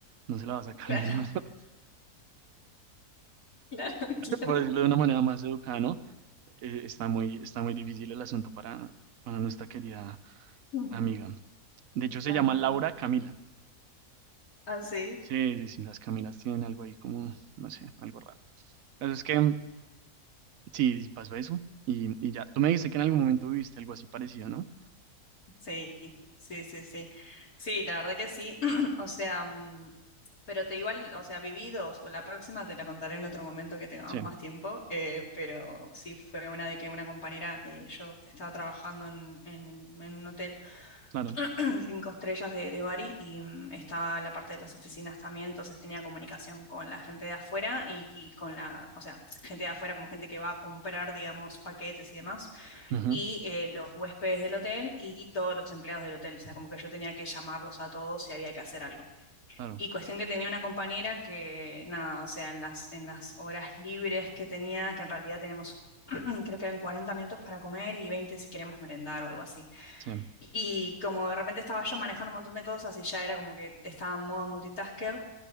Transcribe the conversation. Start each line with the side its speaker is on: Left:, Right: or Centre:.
Right: no se la va a sacar
Left: claro,
Right: <laughs> ni en medio,
Left: <laughs> claro, claro.
Right: <laughs> por decirlo de una manera más educada, ¿no? eh, está muy, está muy difícil el asunto para, para nuestra querida
Left: Mm.
Right: amiga. De hecho, se
Left: Ajá,
Right: llama Laura Camila.
Left: así.
Right: Sí, sí, sí, las Camilas tienen algo ahí como, no sé, algo raro. Pero es que sí, sí pasó eso y, y ya. Tú me dijiste que en algún momento viviste algo así parecido, ¿no?
Left: Sí, sí, sí, sí. Sí, la verdad que sí. <clears throat> O sea, mm, pero te igual, o sea, viví dos, o la próxima te la contaré en otro momento que tengamos
Right: Sí,
Left: más tiempo, eh, pero sí fue una de que una compañera, eh, yo estaba trabajando en, en- en un hotel
Right: claro.
Left: <clears throat> cinco estrellas de, de Bari y mm, estaba la parte de las oficinas también, entonces tenía comunicación con la gente de afuera y, y con la, o sea, gente de afuera como gente que va a comprar, digamos, paquetes y demás
Right: Ujú,
Left: y eh, los huéspedes del hotel y todos los empleados del hotel. O sea, como que yo tenía que llamarlos a todos si había que hacer algo.
Right: claro.
Left: Y cuestión que tenía una compañera que, nada, o sea, en las, en las horas libres que tenía, que en realidad teníamos, <clears throat> creo que eran 40 minutos para comer y 20 si queríamos merendar o algo así.
Right: Sí,
Left: Y como de repente estaba yo manejando un montón de cosas y ya era como que estaba en modo multitasker,